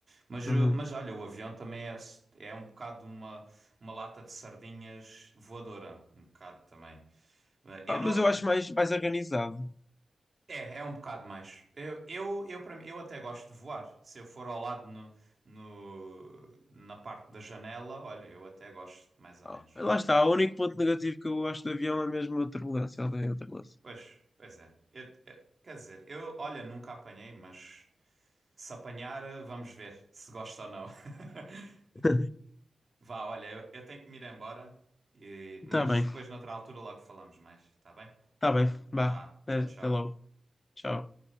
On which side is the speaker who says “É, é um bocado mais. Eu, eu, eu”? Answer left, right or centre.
Right